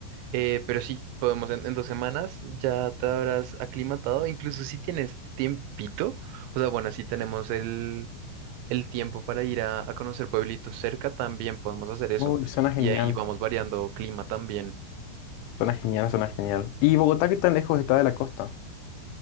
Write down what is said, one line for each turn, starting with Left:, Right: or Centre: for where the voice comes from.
Right: Eh, pero sí, podemos en, en dos semanas ya te habrás aclimatado, incluso si tienes tiempito, o sea, bueno, si tenemos el, el tiempo para ir a, a conocer pueblitos cerca, también podemos hacer eso.
Left: Uy, suena genial.
Right: Y ahí vamos variando clima también.
Left: Suena genial, suena genial. ¿Y Bogotá qué tan lejos está de la costa?